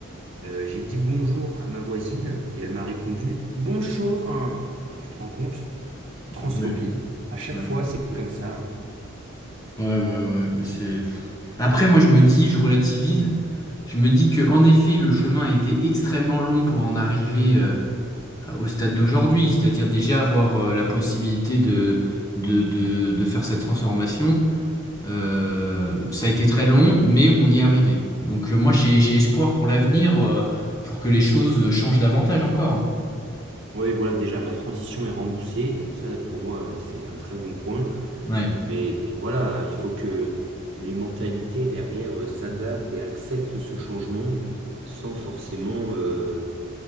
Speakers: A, on the right; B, on the left.
A: euh, j'ai dit bonjour à ma voisine et elle m'a répondu bonjour. hein. Mais Tu te rends compte? Transphobie.
B: Ah ouais.
A: À chaque
B: ouais.
A: fois, c'est comme ça.
B: Ouais, ouais, ouais, mais c'est... Après, moi, je me dis, je relativise, je me dis que en effet, le chemin a été extrêmement long pour en arriver euh, au stade d'aujourd'hui, c'est-à-dire déjà avoir euh, la possibilité de, de, de, de faire cette transformation. Euh, ça a été très long, mais on y est arrivé. Donc, euh, moi, j'ai, j'ai espoir pour l'avenir, euh, pour que les choses changent davantage encore. hein.
A: Oui, voilà, déjà ma transition est remboursée, donc ça pour moi euh, c'est un très bon point.
B: Ouais.
A: Mais voilà, il faut que les mentalités derrière euh, s'adaptent et acceptent ce changement sans forcément euh,